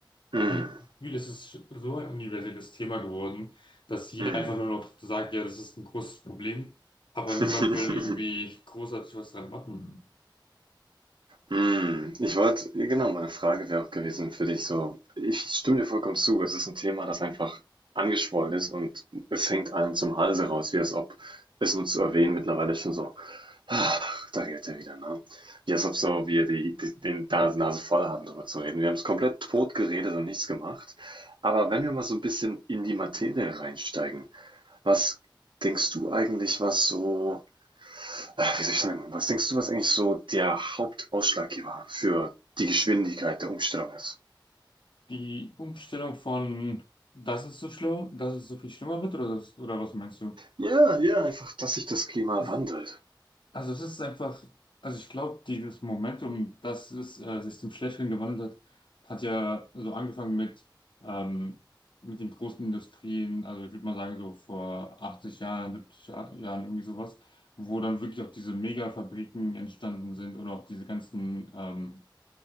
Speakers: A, on the right; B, on the left.
A: hm,
B: <laughs> Ich habe das Gefühl, es ist so ein universelles Thema geworden, dass jeder
A: hm.
B: einfach nur noch sagt, ja, das ist ein großes Problem, aber
A: <laughs>
B: niemand will irgendwie großartig was dran machen.
A: Hm. Ich wollte, genau, meine Frage wäre auch gewesen für dich so, ich stimme dir vollkommen zu, es ist ein Thema, das einfach angeschwollen ist und es hängt allen zum Halse raus, wie als ob es nur zu erwähnen mittlerweile schon so Ach, Da gilt er wieder, ne? Ja, ist ob so, wir die, die, den Nase, Nase voll haben, darüber zu reden. Wir haben es komplett tot geredet und nichts gemacht. Aber wenn wir mal so ein bisschen in die Materie reinsteigen, was denkst du eigentlich, was so, äh, wie soll ich sagen, was denkst du, was eigentlich so der Hauptausschlaggeber für die Geschwindigkeit der Umstellung ist?
B: Die Umstellung von, das ist so schlimm, dass es so viel schlimmer wird, oder, das, oder was meinst du?
A: Ja, ja, einfach, dass sich das Klima
B: Das
A: wandelt.
B: Also es ist einfach, also ich glaube, dieses Momentum, dass es äh, sich zum Schlechteren gewandelt hat, hat ja so angefangen mit, ähm, mit den großen Industrien, also ich würde mal sagen so vor 80 Jahren, 70 Jahr- Jahren irgendwie sowas, wo dann wirklich auch diese Megafabriken entstanden sind und auch diese ganzen ähm,